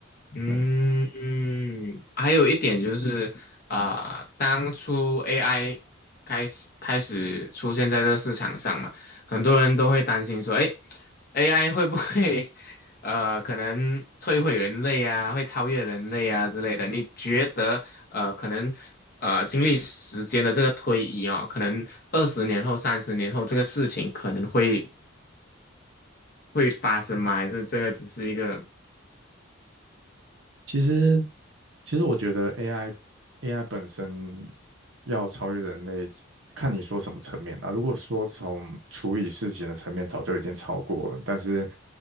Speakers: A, on the left (about 45°); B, on the right (about 70°).
A: 嗯嗯，
B: 嗯
A: 还有一点就是啊、当初 AI 开始开始出现在这市场上嘛，很多人都会担心说，哎，AI 会不会呃可能摧毁人类啊，会超越人类啊之类的？你觉得呃可能呃经历时间的这个推移哦，可能二十年后、三十年后这个事情可能会会发生吗？还是这个只是一个
B: 其实，其实我觉得 AI AI 本身要超越人类，看你说什么层面啊。如果说从处理事情的层面，早就已经超过了。但是，